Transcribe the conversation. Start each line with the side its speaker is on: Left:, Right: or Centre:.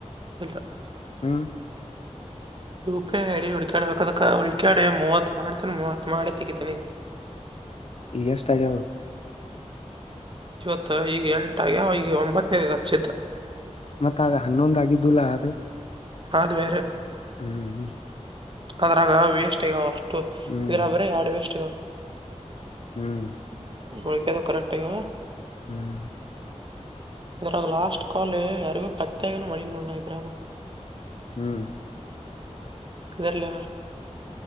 Right: ಹಳ್ಕತ್ತ <unintelligible>
Left: ಹ್ಮ್
Right: U P I I D ಹುಡಕಾಡ್ಬೇಕ ಹುಕಾಡಿ ಮೂವತ್ ಮಾಡ್ತನಿ ಮೂವತ್ ಮಾಡಿ ತೆಗಿತನಿ. <inaudible>
Left: ಈಗ ಎಷ್ಟ ಆಗ್ಯಾವ
Right: ಇವತ್ತು ಈಗ ಎಂಟಾಗ ಅಗವ್ವ್ ಒಂಬತ್ತನೇದ ಹಚ್ಚಿದ್ದ.
Left: ಮತ್ತಗ ಹನ್ನೊಂದ ಆಗಿದ್ದುಲ್ಲಾ ಅದು.
Right: ಹದು ವೇರೆ.
Left: ಹ್ಮ್ ಹ್ಮ್.
Right: ಅದ್ರಾಗ ವೇಸ್ಟ್ ಈಗ ಅಷ್ಟು
Left: ಹ್ಮ್
Right: ಇದ್ರಗ್ ಬರಿ ಎರಡ್ ವೇಸ್ಟ್ ಅಗವ್ವ್.
Left: ಹ್ಮ್.
Right: ಹಳಿಕದು ಕರೆಕ್ಟ್ಟಗಾವ.
Left: ಹ್ಮ್.
Right: ಇದ್ರರಾಗ ಲಾಸ್ಟ್ ಕಾಲ್ ಯಾರಿಗೂ ಪ್ರತ್ಯಾಗನ ಮಣಿನೋಡು ಇದ್ರಾಗ.
Left: ಹ್ಮ್.
Right: <unintelligible>